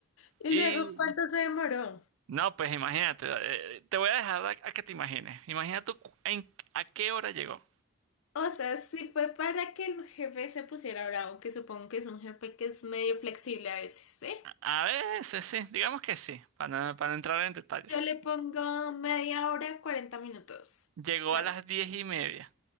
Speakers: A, on the left; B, on the right.
A: ¿Y
B: Y
A: luego cuánto se demoró?
B: No, pues imagínate, eh, te voy a dejar a, a que te imagines. Imagina tú cu- en- a qué hora llegó.
A: O sea, sí fue para que el jefe se pusiera bravo, que supongo que es un jefe que es medio flexible a veces, ¿sí?
B: A veces sí, digamos que sí, para no, para no entrar en detalles.
A: Yo le pongo media hora, 40 minutos.
B: Llegó
A: Tarde.
B: a las diez y media,